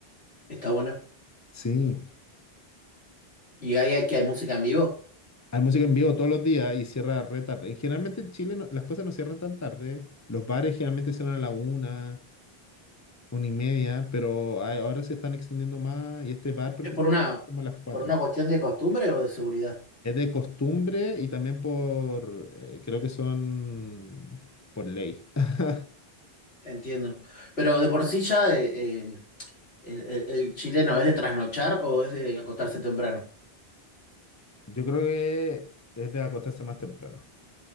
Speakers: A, on the left; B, on the left.
A: está bueno.
B: Sí.
A: ¿Y hay, que hay música en vivo?
B: Hay música en vivo todos los días y cierra re tarde. Y generalmente en Chile no- las cosas no cierran tan tarde. Los bares generalmente cierran a la una, una y media, pero hay- ahora se están extendiendo más. Y este bar, por
A: Es
B: ejemplo,
A: por una,
B: cierra como a las cuatro.
A: por una cuestión de costumbre o de seguridad,
B: Es de costumbre y también por, eh, creo que son por ley. <laughs>
A: entiendo. Pero de por sí ya eh, eh, el, el- el chileno es de trasnochar o es de acostarse temprano.
B: Yo creo que es de acostarse más temprano.